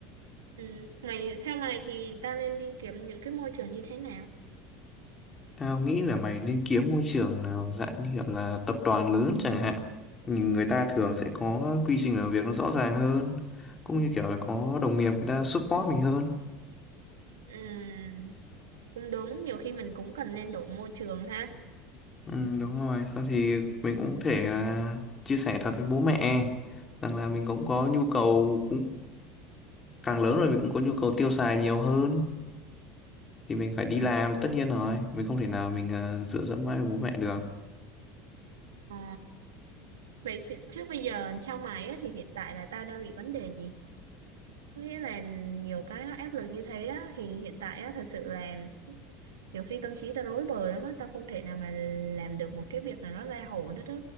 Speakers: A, on the right (about 80°); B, on the left (about 25°).
A: Ừ. Mày theo mày thì ta nên đi kiếm những cái môi trường như thế nào?
B: Tao nghĩ là mày nên kiếm môi trường nào dạng như kiểu là tập đoàn lớn chẳng hạn. Nhưng Người ta thường sẽ có quy trình làm việc nó rõ ràng hơn. Cũng như kiểu là có đồng nghiệp người ta support mình hơn.
A: Ừ. Cũng đúng, nhiều khi mình cũng cần nên đổi môi trường ha.
B: Ừ, đúng rồi. Sau thì mình cũng có thể là chia sẻ thật với bố mẹ. Rằng là mình cũng có nhu cầu, cũng càng lớn rồi mình cũng có nhu cầu tiêu xài nhiều hơn. Thì mình phải đi
A: Ừ.
B: làm tất nhiên rồi. Mình không thể nào mình ờ, dựa dẫm mãi vào bố mẹ được.
A: Ờ. Vậy thì- chứ bây giờ theo mày á, thì hiện tại là ta đang bị vấn đề gì? Có nghĩa là nhiều cái nó áp lực như thế á, thì hiện tại á, thật sự là nhiều khi tâm trí tao rối bời lắm á tao không thể nào mà làm được một cái việc nào nó ra hồn hết á